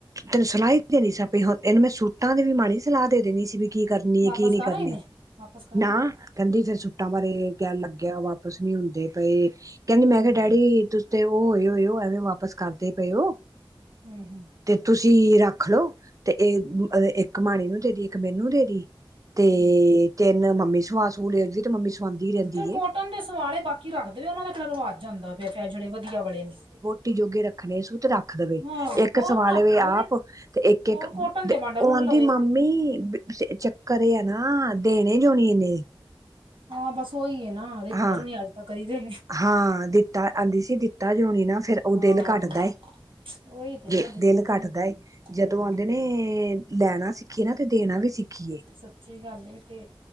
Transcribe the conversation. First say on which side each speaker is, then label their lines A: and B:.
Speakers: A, on the right; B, on the right.
A: ਤੈਨੂੰ ਸਲਾਹੀ ਦੇਣੀ ਸੀ ਆਪੀ ਹੋਰ, ਇਹਨੂੰ ਮੈਂ ਸੂਟਾਂ ਦੀ ਵੀ ਮਾੜੀ ਜੀ ਸਲਾਹ ਦੇ ਦੀਣੀ ਸੀ, ਵੀ। ਕੀ ਕਰਨੀ ਏ,
B: ਵਾਪਸ
A: ਕੀ ਨੀ
B: ਕਰ
A: ਕਰਨੀ,
B: ਆਏ ਨੇ ਵਾਪਸ ਕਰ
A: ਨਾਂ।
B: ਆਏ ਨੇ
A: ਕਹਿੰਦੀ ਫੇਰ ਸੁੱਟਾਂ ਬਾਰੇ ਕਹਿਣ ਲੱਗਿਆ ਵਾਪਸ ਨੀ ਹੁੰਦੇ ਪਏ, ਕਹਿੰਦੀ ਮੈਂ
B: ਹਮ
A: ਕਿਹਾ ਡੈਡੀ ਤੁਸ ਤੇ, ਉਹ ਹੋਏ-ਹੋਏ ਐਵੇਂ ਵਾਪਸ ਕਰਦੇ ਪਏ ਓ।
B: ਹਮ ਹਮ
A: ਤੇ ਤੁਸੀਂ ਰੱਖਲੋ, ਤੇ ਇਹ,
B: ਹਮ
A: ਇੱਕ ਮ੍ਹਾਣੀ ਨੂੰ ਦੇਦੀਂ, ਇੱਕ ਮੈਨੂੰ ਦੇ ਦੀ। ਤੇ,
B: ਹਮ
A: ਤਿੰਨ ਮੰਮੀ ਸੁਵਾ-ਸੂਵੇ ਲਿਓ ਫਿਰ ਤੇ ਮੰਮੀ ਸਵਾਉਂਦੀ ਰਹਿੰਦੀ
B: ਚਲ ਕੋਟਨ
A: ਏ
B: ਦੇ ਸਵਾਲੇ ਬਾਕੀ ਰੱਖ ਦਵੇ, ਉਹਨਾਂ ਦਾ ਕਿਹੜਾ ਰਿਵਾਜ ਜਾਂਦਾ ਪਿਆ ਫ--ਜਿਹੜੇ ਵਧੀਆ ਵਾਲੇ ਨੇ।
A: ਟੀ ਜੋਗੇ ਰੱਖਣੇ ਸੂ ਤੇ ਰੱਖ ਦਵੇ,
B: ਹਾਂ
A: ਇੱਕ
B: ਹੋਰ
A: ਸੰਵਾਲਵੇ
B: ਰੱਖ ਲਵੇ
A: ਆਪ, ਤੇ ਇੱਕ-ਇੱਕ
B: ਹੋਰ ਕੋਟਨ ਦੇ
A: ਤੇ
B: ਵੰਡ
A: ਉਹ
B: ਵੁੰਡ
A: ਆਂਦੀ
B: ਲਵੇ
A: 'ਮਾਮੀ! ਚੱਕਰ ਇਹ ਆ ਨਾ ਦੇਣੇ ਜੋ ਨਹੀ ਇਹਣੇ।
B: ਹਾਂ, ਬਸ ਉਈ ਏ ਨਾ। ਦਿੱਤਾ
A: ਹਾਂ,
B: ਜੋ ਨੀ ਅੱਜ ਤੱਕ ਕਦੀ ਤੇ
A: ਹਾਂ ਦਿੱਤਾ ਆਹਂਦੀ ਸੀ ਦਿੱਤਾ ਜੋ ਨੀ ਨਾ, ਫਿਰ ਉਹ
B: ਹਾਂ
A: ਦਿਲ ਘੱਟਦਾ ਏ।
B: ਉਹੀ ਤੇ ਨਾ
A: ਜ
B: ਦਿੱਤਾ
A: ਦਿਲ
B: ਜੋ
A: ਘੱਟਦਾ
B: ਨੀ ਕਦੀ
A: ਏ, ਜਦੋਂ
B: ਹਮ
A: ਆਂਦੇ ਨੇ ਲੈਣਾ ਸੀ ਸਿੱਖੀਏ ਨਾ, ਤੇ ਦੇਣਾ ਵੀ ਸਿੱਖੀਏ।
B: ਸੱਚੀ ਗੱਲ ਏ, ਤੇ